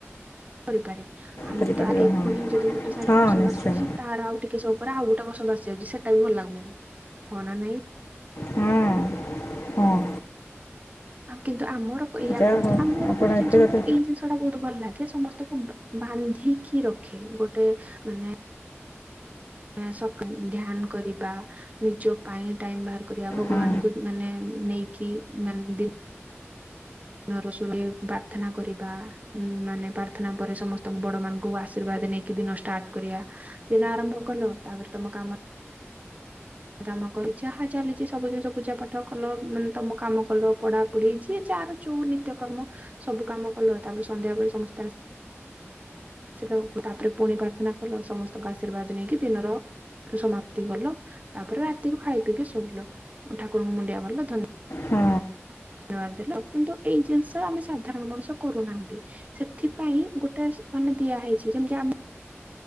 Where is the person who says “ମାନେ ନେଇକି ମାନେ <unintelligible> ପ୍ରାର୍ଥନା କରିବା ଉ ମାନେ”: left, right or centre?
Right